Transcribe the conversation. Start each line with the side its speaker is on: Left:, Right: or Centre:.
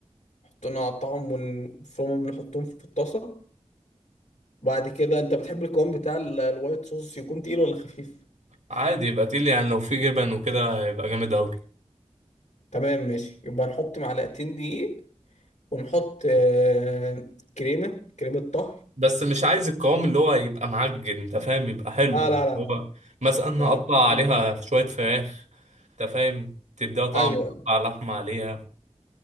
Left: نحطهم نقطعهم ونفرمهم نحطهم في الطاسة بعد كده انت بتحب القوام بتاع ال- الوايت صوص يكون تقيل ولا خفيف
Right: عادي يبقى تقيل يعني لو في جبن وكده يبقى جامد قوي
Left: تمام ماشي يبقى نحط معلقتين دقيق ونحط آه، كريمة كريمة طهي
Right: بس مش عايز القوام اللي هو يبقى معجن انت فاهم يبقى حلو
Left: اه لا
Right: اللي
Left: لا لا
Right: هو مثلا
Left: لا
Right: انا اقطع
Left: لا بيكون
Right: عليها
Left: عجب.
Right: شوية فراخ انت فاهم تديها طعم
Left: ايوه ايوه
Right: اقطع لحمة عليها